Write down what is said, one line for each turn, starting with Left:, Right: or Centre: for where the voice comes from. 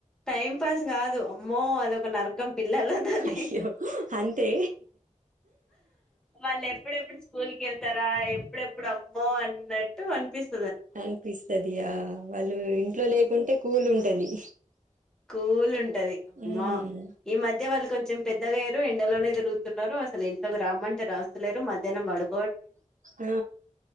Centre: టైం పాస్ కాదు అమ్మో అదొక నరకం పిల్లల తోని
Right: అయ్యో అంతే
Centre: వాళ్ళు ఎప్పుడెప్పుడు స్కూల్ కెళ్తరా ఎప్పుడెప్పుడు అమ్మో అన్నట్టు అనిపిస్
Right: అనిపిస్తది ఆ వాళ్ళు ఇంట్లో లేకుంటే కూల్ ఉంటది
Centre: స్కూల్ ఉంటది అమ్మా
Right: ఉమ్
Centre: ఈ మధ్య వాళ్ళు కొంచెం పెద్దగయ్యిర్రు ఎండలోనే తిరుగుతున్నారు అసలు ఇంట్లోకి రామ్మంటే రాస్తలేరు మధ్యానం పడు
Right: ఆ